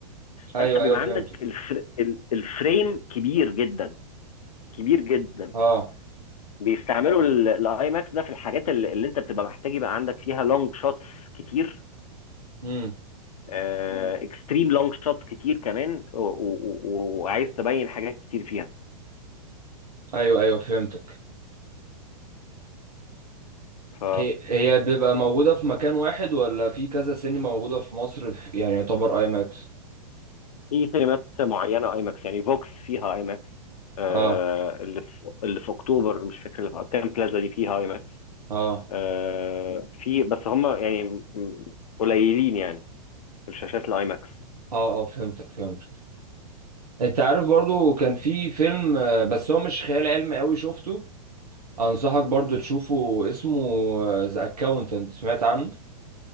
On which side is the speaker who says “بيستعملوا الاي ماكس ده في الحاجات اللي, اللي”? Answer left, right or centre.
Left